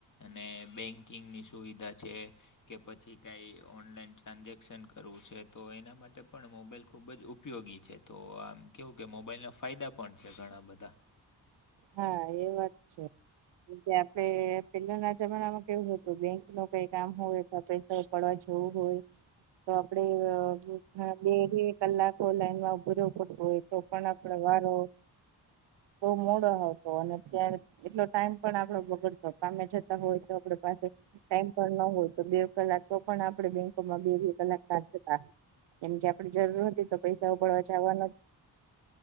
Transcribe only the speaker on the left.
અને બેન્કિંગની સુવિધા છે કે પછી કઈ ઓનલાઈન ટ્રાન્ઝેક્શન કરવું છે તો એના માટે પણ મોબાઈલ ખુબ જ ઉપ ઉપયોગી છે તો આમ કેવું કે મોબાઈલના ફાયદા પણ છે ઘણા બધા